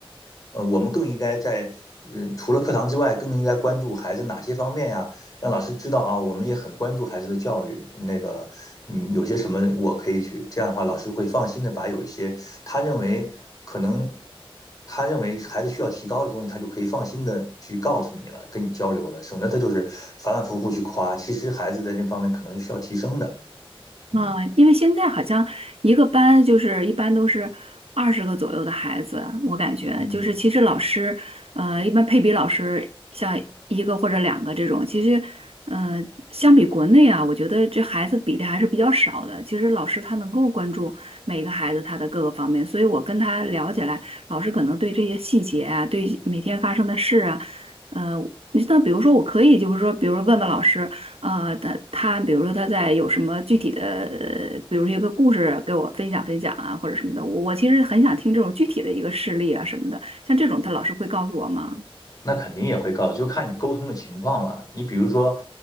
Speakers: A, on the left (about 40°); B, on the right (about 85°).
A: 呃，我们更应该在，呃，除了课堂之外，更应该关注孩子哪些方面呀？让老师知道啊，我们也很关注孩子的教育。那个，嗯，有些什么我可以去，这样的话，老师会放心的把有一些他认为可能他认为孩子需要提高的东西，他就可以放心的去告诉你了，跟你交流了，省得他就是反反复复去夸，其实孩子在这方面可能是需要提升的。嗯。
B: 啊，因为现在好像一个班就是一般都是二十个左右的孩子，我感觉就是其实老师，
A: 嗯，
B: 呃，一般配比老师像一个或者两个这种，其实，呃，相比国内啊，我觉得这孩子比例还是比较少的。其实老师他能够关注每个孩子他的各个方面，所以我跟他聊起来，老师可能对这些细节啊，对每天发生的事啊，呃，你像比如说我可以就是说，比如说问问老师。啊，他他比如说他在有什么具体的，呃比如说一个故事给我分享分享啊，或者什么的，我我其实很想听这种具体的一个事例啊什么的，像这种他老师会告诉我吗？
A: 那肯定也会告，就看你沟通的情况了。你比如说，